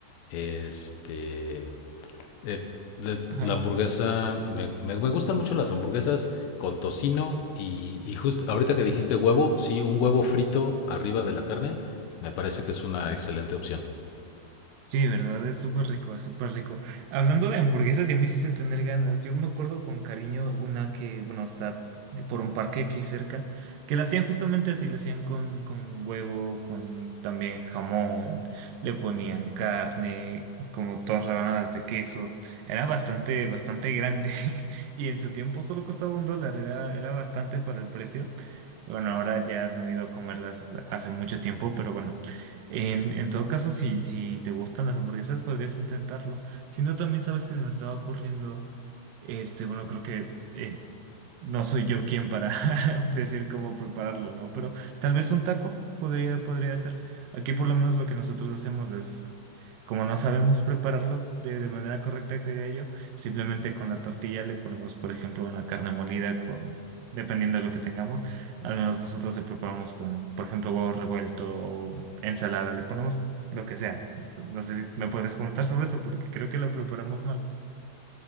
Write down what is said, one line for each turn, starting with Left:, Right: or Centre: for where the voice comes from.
Left: Este, eh, de-
Right: Ajá.
Left: la hamburguesa, me, me- me gustan mucho las hamburguesas con tocino y, y justo ahorita que dijiste huevo, sí, un huevo frito arriba de la carne, me parece que es una excelente opción.
Right: Sí, de verdad, es súper rico, es súper rico. Hablando de hamburguesas, ya me hiciste tener ganas. Yo me acuerdo con cariño una que, bueno, está de- por un parque aquí cerca, que la hacían justamente así, la hacían con, con huevo, con también jamón, le ponían carne, como dos rebanadas de queso. Era bastante, bastante grande <laughs> y en su tiempo solo costaba un dólar, era, era bastante para el precio. Bueno, ahora ya no he ido a comerlas hace mucho tiempo, pero bueno. En, en todo caso, si, si te gustan las hamburguesas, podrías intentarlo. Si no, también sabes que se me estaba ocurriendo, este, bueno, creo que eh, no soy yo quien para <laughs> decir cómo prepararlo, ¿no? Pero tal vez un taco podría, podría ser. Aquí por lo menos lo que nosotros hacemos es, como no sabemos prepararlo de, de manera correcta, creería yo, simplemente con la tortilla le ponemos, por ejemplo, una carne molida con, dependiendo de lo que tengamos, al menos nosotros le preparamos con, por ejemplo, huevo revuelto o ensalada, le ponemos lo que sea. No sé si me podrías comentar sobre eso porque creo que lo preparamos mal.